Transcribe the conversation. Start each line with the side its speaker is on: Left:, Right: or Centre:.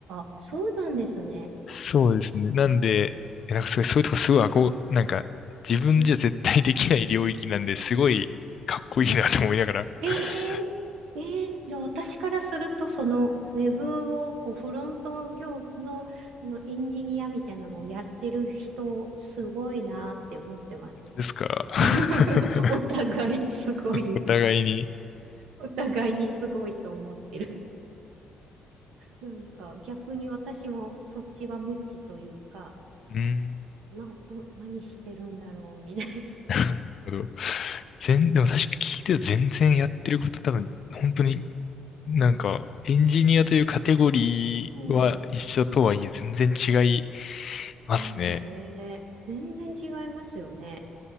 Right: あ、そうなんですね。
Left: そうですね。なんで、えなんかすごい、そういうとこすごい憧れ、なんか自分じゃ絶対できない領域なんで、
Right: え
Left: すごいかっこいいなと思いながら。
Right: え
Left: <laughs>
Right: えええいや、私からすると、その、ウェブを、こう、フロント業の、あの、エンジニアみたいなのをやってる人、すごいなって思ってます。
Left: ですか。<laughs>
Right: <laughs> お互いすごい、
Left: お互いに。
Right: お互いにすごいと思ってる。なんか、逆に私も、そっちは無知というか、
Left: うーん、
Right: な、ど、何してるんだろう、みたいな。
Left: なるほど。全、でも確か聞いてると全然やってること多分、本当に
Right: えー
Left: なんか、エンジニアというカテゴリーは一緒とはいえ全然違い
Right: うんうん。だけど、
Left: ますね。
Right: ますね。全然違いますよね。